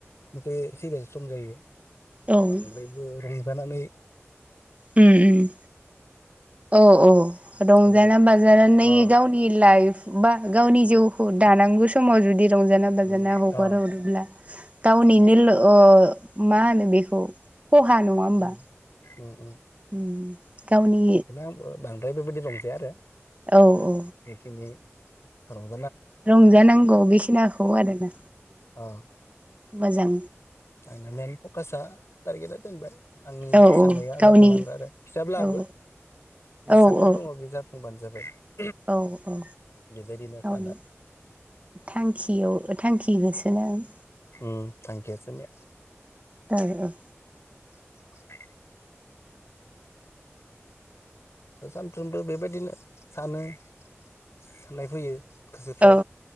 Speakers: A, on the left; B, on the right.
A: बे <unintelligible> सम जायो
B: औ उम
A: बांद्रायबो रं जानानै
B: उम उम औ औ रंजाना
A: गोदै
B: बाजानानै
A: अ
B: गावनि लाइफ बा गावनि जिउखौ दानांगौ समाव जुदि रंजाना बाजाना
A: उम
B: हगारहरोब्ला
A: अ
B: गावनिनोल
A: बिदि
B: मा होनो बेखौ खहा नङा होमबा
A: उम उम उम
B: उम गावनि
A: बेखौनो आंबो बांद्राय बेबायदि रंजाया आरो
B: औ
A: खोनो
B: औ
A: बेखनि हारं
B: रंजानांगौ बेखिनाखौ आरोना
A: अ
B: मोजां
A: आंना मेन पकासा टारगेटआ जेनबाय आंनि
B: औ
A: साननाया
B: औ गावनि
A: जाफुंनांगो आरो फिसाब्लाबो
B: औ
A: जि
B: औ
A: सानना
B: औ
A: दङ बे जाफुंबानो जाबाय <unintelligible>
B: औ औ
A: बेबायदिनो
B: गावनि
A: सानो
B: थांखियाव थांखि होसो दोनो
A: उम थांखियासो मे
B: दायो औ
A: <unintelligible> सानफ्रोमबो बेबायदिनो सानो साननाय फैयो गोसोफ्राव
B: औ